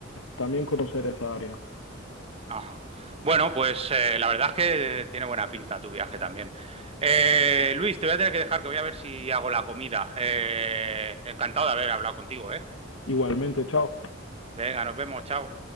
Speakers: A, on the left; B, on the right.
A: también conocer esa área.
B: ajá. Bueno, pues eh, la verdad es que tiene buena pinta tu viaje también. Eh, Luis, te voy a tener que dejar que voy a ver si hago la comida. Eh, encantado de haber hablado contigo, ¿eh?
A: Igualmente, chao.
B: Venga, nos vemos, chao.